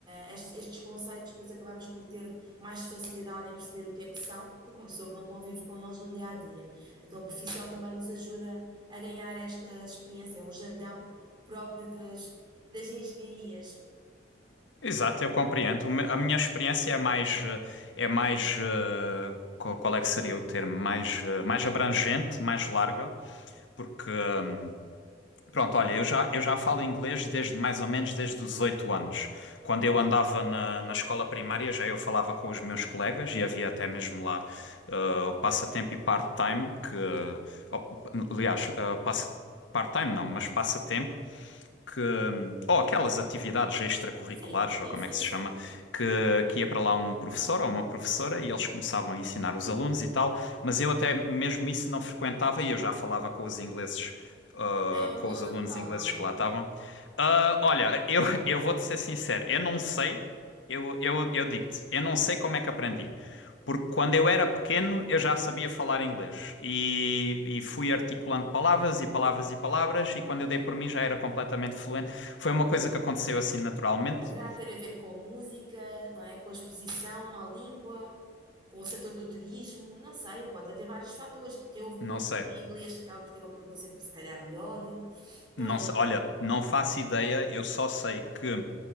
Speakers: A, on the right (about 25°); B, on the left (about 80°).
A: estes, estes conceitos, depois acabamos por ter mais facilidade em perceber o que é que são do que uma pessoa que não convive com eles no dia a dia. Então, a profissão também nos ajuda a ganhar esta experiência, o jargão próprio das, das engenharias.
B: Exato, eu compreendo. O me- A minha experiência é mais, eh, é mais, eh, qual qual é que seria o termo? Mais, eh, mais abrangente, mais larga, porque hum, Pronto, olha, eu já, eu já falo inglês desde mais ou menos desde os 8 anos. Quando eu andava na, na escola primária, já eu falava com os meus colegas e havia até mesmo lá ah, o passatempo e part-time, que. oh, aliás, ah, passa, part-time não, mas passatempo, que, ou aquelas atividades extracurriculares,
A: Sim, sim,
B: ou como
A: sim,
B: é que se
A: sim.
B: chama, que, que ia para lá um professor ou uma professora e eles começavam a ensinar os alunos e tal, mas eu até mesmo isso não frequentava e eu já falava com os ingleses, ah,
A: Já É um
B: com
A: dom
B: os
A: natural,
B: alunos ingleses
A: não é?
B: que lá estavam. Ah, olha, eu, eu vou-te ser sincero, eu não sei. Eu, eu, eu digo-te, eu não sei como é que aprendi, porque quando eu era pequeno eu já sabia falar inglês e, e fui articulando palavras e palavras e palavras, e quando eu dei por mim já era completamente fluente. Foi uma coisa que aconteceu assim naturalmente.
A: Poderá ter a ver com a música, não é? Com a exposição à língua, com o setor do turismo, não sei, pode haver vários fatores. Quem ouve muita
B: Não
A: música
B: sei,
A: em inglês acaba por ter uma pronúncia, se calhar, melhor, não
B: não
A: é?
B: sei. Olha, não faço ideia, eu só sei que.